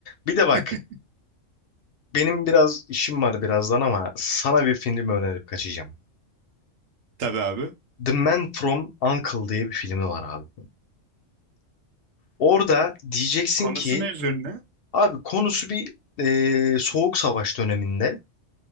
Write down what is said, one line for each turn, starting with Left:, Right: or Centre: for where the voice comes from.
Left: Bir de bak
Right: <laughs>
Left: Benim biraz işim var birazdan ama sana bir film önerip kaçacağım.
Right: Tabii abi.
Left: The Man from U.N.C.L.E. diye bir filmi var abi. Orada diyeceksin
Right: Konusu
Left: ki
Right: ne üzerine?
Left: abi konusu bir e, soğuk savaş döneminde